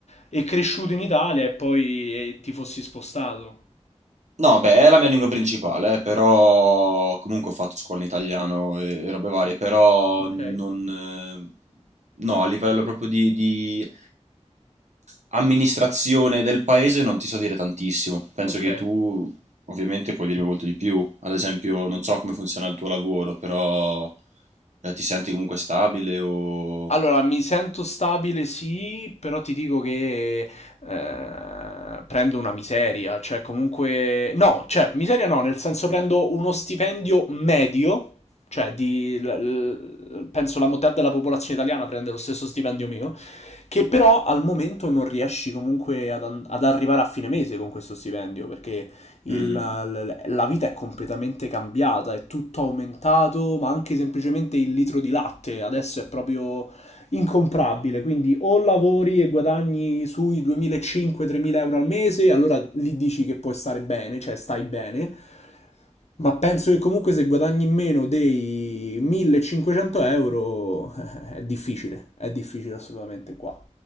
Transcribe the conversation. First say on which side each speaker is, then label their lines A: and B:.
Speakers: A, on the left (about 70°); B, on the right (about 80°).
A: e cresciuto in Italia e poi eh, ti fossi spostato.
B: No, beh, è la mia lingua principale, eh, però comunque ho fatto scuola in italiano e, e robe varie, però
A: Ok,
B: non... eh, No, a livello proprio di, di amministrazione del paese non ti so dire tantissimo. Penso
A: ok.
B: che tu ovviamente puoi dirmi molto di più. Ad esempio, non so come funziona il tuo lavoro, però eh, ti senti comunque stabile o...
A: Allora, mi sento stabile, sì, però ti dico che eh, prendo una miseria, cioè comunque... No, cioè miseria no, nel senso prendo uno stipendio medio, cioè di... l- l- penso la metà della popolazione italiana prende lo stesso stipendio mio, che però al momento non riesci comunque ad, an- ad arrivare a fine mese con questo stipendio, perché il-
B: Mhm.
A: l- l- la vita è completamente cambiata, è tutto aumentato, ma anche semplicemente il litro di latte adesso è proprio incomprabile, quindi o lavori e guadagni sui 2.500-3.000 euro al mese, allora lì dici che puoi stare bene, cioè stai bene, ma penso che comunque se guadagni meno dei 1.500 euro <laughs> eh, è difficile, è difficile assolutamente qua.